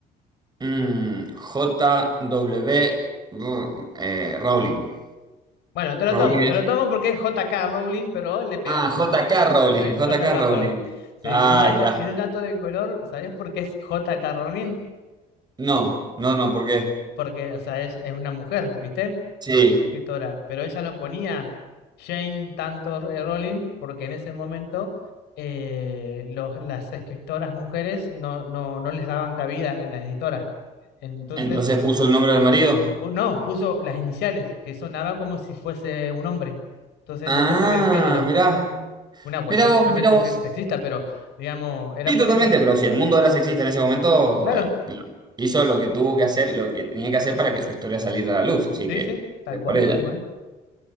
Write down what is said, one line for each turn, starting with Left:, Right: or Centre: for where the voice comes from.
Right: Mm, J W eh, Rowling.
Left: Bueno, te lo
Right: Rowling
Left: tomo, te
Right: es-
Left: lo tomo porque es J.K. Rowling, pero le pegaste.
Right: Ah, J
Left: Eh,
Right: K Rowling,
Left: Está bien,
Right: J
Left: J.K.
Right: K Rowling.
Left: Rowling. Sí,
Right: Ah,
Left: y un dato,
Right: ya.
Left: y un dato de color, ¿sabés por qué es J.K. Rowling?
Right: No, no, no, ¿por qué?
Left: Porque, o sea, es, es una mujer, ¿viste? La
Right: Sí.
Left: escritora. Pero ella no ponía Jane tanto eh, Rowling porque en ese momento eh, los, las escritoras mujeres no, no, no les daban cabida en las editoras. Entonces,
Right: Entonces puso el nombre del marido.
Left: pu- no, puso las iniciales, que sonaba como si fuese un hombre. Entonces
Right: Ah,
Left: no se sabía el género.
Right: mirá.
Left: Una cuestión
Right: Mirá vos,
Left: totalmente
Right: mirá vos.
Left: se- sexista, pero digamos, era
Right: Sí,
Left: por
Right: totalmente,
Left: eso.
Right: pero si el mundo era sexista en ese momento,
Left: Claro,
Right: eh, hizo lo que tuvo que hacer, lo que tenía que hacer para que su historia saliera a la luz, así
Left: sí,
Right: que,
Left: sí, tal
Right: bien
Left: cual,
Right: por ella.
Left: tal cual.